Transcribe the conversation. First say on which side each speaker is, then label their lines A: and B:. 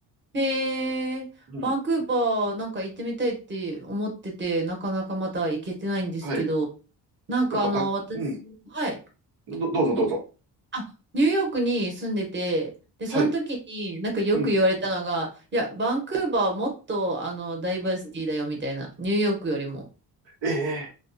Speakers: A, on the right; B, on the right.
A: へえ、
B: うん。
A: バンクーバーなんか行ってみたいって思ってて、なかなかまた行けてないんですけど、
B: はい。や
A: なんかあの、
B: っぱバン、
A: 私、
B: うん。
A: はい、
B: ど、どうぞどうぞ。
A: にあ、ニューヨークに住んでて、で、その時になんかよく言われたのが、
B: はい。うん。
A: いや、バンクーバーもっとあの、ダイバーシティだよみたいな、ニューヨークよりも。
B: ええ